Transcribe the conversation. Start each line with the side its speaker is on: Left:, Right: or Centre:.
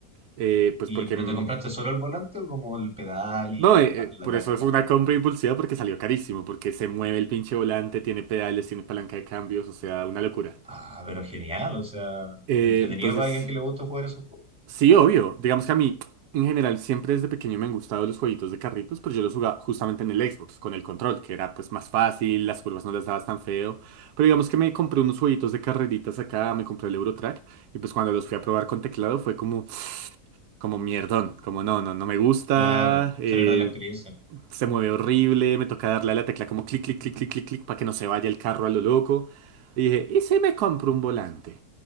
Right: eh, pues
Centre: Y,
Right: porque
Centre: ¿pero
Right: mm,
Centre: te compraste solo el volante o como el pedal y
Right: No,
Centre: el
Right: eh,
Centre: ma-
Right: eh,
Centre: la
Right: por
Centre: caja
Right: eso
Centre: de cambio?
Right: fue una compra impulsiva porque salió carísimo, porque se mueve el pinche volante, tiene pedales, tiene palanca de cambios, o sea, una locura.
Centre: Ah, pero genial, o sea,
Right: Eh,
Centre: entretenido
Right: entonces,
Centre: para alguien que le gusta jugar esos juegos.
Right: sí, obvio, digamos que a mí, en general, siempre desde pequeño me han gustado los jueguitos de carritos, pero yo los jugaba justamente en el Xbox, con el control, que era pues más fácil, las curvas no las dabas tan feo, pero digamos que me compré unos jueguitos de carreritas acá, me compré el Eurotrack, y pues cuando los fui a probar con teclado fue como como mierdón, como no, no, no me gusta,
Centre: Claro,
Right: eh,
Centre: se pierde la experiencia.
Right: Se mueve horrible, me toca darle a la tecla como clic, clic, clic, clic, clic, clic, para que no se vaya el carro a lo loco. Y dije, ¿y si me compro un volante?